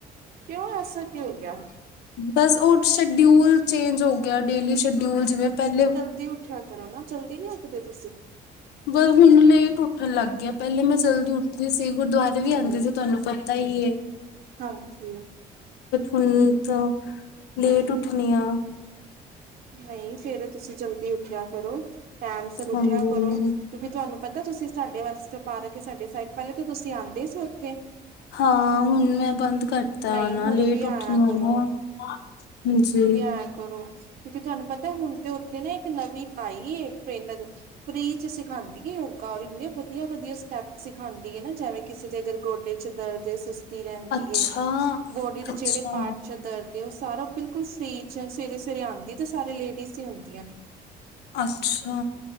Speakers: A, on the right; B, on the left.
A: ਕਿਉਂ ਐਸਾ ਕਿ ਹੋ ਗਿਆ।
B: ਬਸ ਉਹ ਸ਼ਡਿਊਲ ਚੇਂਜ ਹੋ ਗਿਆ ਡੇਲੀ ਸ਼ਡਿਊਲ ਜਿਵੇਂ ਪਹਿਲੇ।
A: ਦੀ ਉੱਠਿਆ। ਕਰੋ ਨਾ ਜਲਦੀ ਨੀ ਉੱਠਦੇ ਤੁਸੀਂ।
B: ਬਸ ਹੁਣ ਲੇਟ ਉੱਠਣ ਲੱਗ ਗਿਆ ਪਹਿਲੇ ਮੈਂ ਜਲਦੀ ਉੱਠਦੀ। ਜੀ ਅਸੀ ਗੁਰਦੁਆਰੇ ਵੀ ਆਉਂਦੇ ਸੀ ਤੁਹਾਨੂੰ ਪਤਾ ਹੀ ਹੈ
A: ਹਾਂਜੀ
B: ਹੁਣ ਤਾਂ ਲੇਟ ਉੱਠਣੀ ਆ
A: ਨਈ ਸਵੇਰੇ ਤੁਸੀਂ ਜਲਦੀ ਉੱਠਿਆ ਕਰੋ, ਟਾਈਮ ਸਿਰ ਉੱਠਿਆ
B: ਹਾਂਜੀ
A: ਕਰੋ, ਕਿਉਂਕਿ ਤੁਹਾਨੂੰ ਪਤਾ ਤੁਸੀਂ ਸਾਡੇ ਵੱਲ ਸਾਡੇ ਵਾਸਤੇ ਪਾਰਕ ਸਾਡੇ ਸਾਈਡ, ਪਹਿਲੇ ਤੇ ਤੁਸੀਂ ਆਉਂਦੇ ਸੀ ਉੱਥੇ
B: ਹਾਂ ਹੁਣ ਮੈਂ ਬੰਦ ਕਰਤਾ
A: ਨਹੀਂ
B: ਆ, ਨਾ
A: ਹੁਣ
B: ਲੇਟ
A: ਵੀ
B: ਉੱਠਣੀ
A: ਆਇਆ ਕਰੋ,
B: ਆਨਾ ਹਾਂਜੀ
A: ਹੁਣ ਵੀ ਐ ਕਰੋ, ਕਿਉਂਕਿ ਤੁਹਾਨੂੰ ਪਤਾ ਹੁਣ ਤੇ ਉੱਥੇ ਨਾ ਇੱਕ ਨਵੀਂ ਆਈ ਐ, ਟ੍ਰੇਨਰ ਫ੍ਰੀ ਚ ਸਿਖਾਉਦੀ ਹੈ ਯੋਗਾ, ਔਰ ਇੰਨੇ ਵਧੀਆ- ਵਧੀਆ ਸਟੈਪ ਸਿਖਾਉਦੀ ਹੈ ਨਾ, ਜਿਵੇਂ ਕਿਸੇ ਦੇ ਅਗਰ ਗੋ ਪਿੱਛੇ ਦਰਦ ਏ, ਸੁਸਤੀ ਰਹਿੰਦੀ
B: ਅੱਛਾ
A: ਹੈ, ਬੋਡੀ ਦੇ
B: ਅੱਛਾ
A: ਜਿਹੜੇ ਪਾਰਟ ਚ ਦਰਦ ਤੇ ਉਹ ਸਾਰਾ ਬਿਲਕੁਲ ਫ੍ਰੀ ਚ ਐ, ਸਵੇਰੇ- ਸਵੇਰੇ ਆਉਂਦੀ ਤੇ ਸਾਰੇ ਲੇਡੀਜ਼ ਹੀ ਹੁੰਦੀਆਂ ਨੇ
B: ਅੱਛਾ